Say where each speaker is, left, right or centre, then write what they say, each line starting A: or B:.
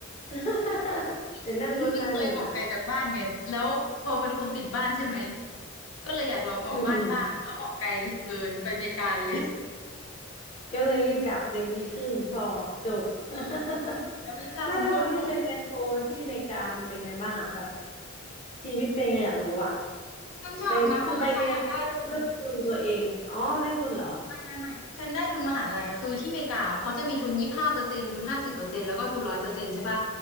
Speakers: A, on the left; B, on the left.
A: <laughs> แต่นั่งรถนานอยู่นะ
B: แต่ฉันไม่เคยออกไกลจากบ้านไงแล้วพอเป็นคนติดบ้านใช่ไหมก็เลยอยากลองออกบ้านบ้างแล้วออกไกลเกินไปอเมริกาเลย
A: อืมอืม
B: <laughs>
A: ก็เลยรีบกลับเรียนปีครึ่งพอจบ <laughs>
B: ถูกแล้ววีซ่าฉันก็หมด
A: ไม่แล้วตอนที่ไปเรียนโทที่อเมริกามันเป็นไงบ้างอ่ะแบบชีวิตเป็นไงอยากรู้อ่ะ
B: ฉันชอบนะเพราะว่าฉันอะได้ทุน
A: ไปคือไปเรียนด้วยด้วยทุนตัวเองอ๋อได้ทุนเหรอ
B: ไม่ไม่ไม่ฉันได้ทุนมหาลัยคือที่อเมริกาเขาจะมีทุนยี่สิบห้าเปอร์เซ็นต์ทุนห้าสิบเปอร์เซ็นต์แล้วก็ทุนร้อยเปอร์เซ็นต์ใช่ปะ